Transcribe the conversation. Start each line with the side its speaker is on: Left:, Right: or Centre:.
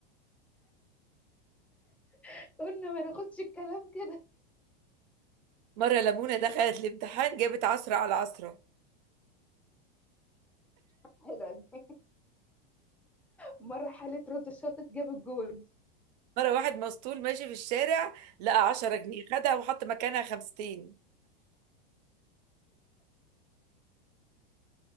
Centre: <laughs> قلنا ما ناخدش الكلام كده
Right: مرة لمونة دخلت الامتحان جابت عشرة على عشرة
Centre: <laughs> حلو مرة حالة رز الشاطت جاب الجول
Right: مرة واحد مسطول ماشي في الشارع لقى عشرة جنيه خدها وحط مكانها خمستين